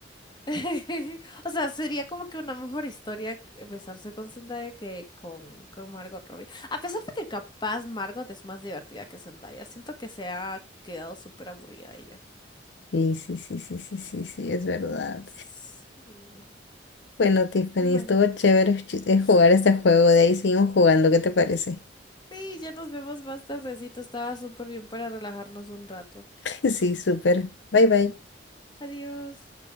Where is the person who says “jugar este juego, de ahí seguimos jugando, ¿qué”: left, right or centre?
Left